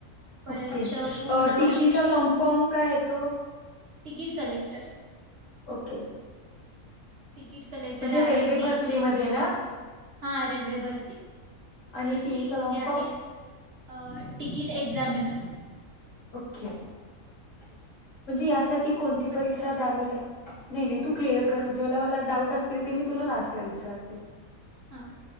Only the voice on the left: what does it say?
ओके
अ टीसीचा लाँग फॉर्म काय तो
okay
म्हणजे
रेल्वे
भरतीमध्ये ना
आणि
टी
ईचा लॉंग फॉर्म
खे म्हणजे यासाठी
कोणती
परीक्षा द्यावी लाग नाही नाही तू क्लिअर कर म्हणजे मला मला डाऊट असतील ते मी तुला लास्टला विचारते.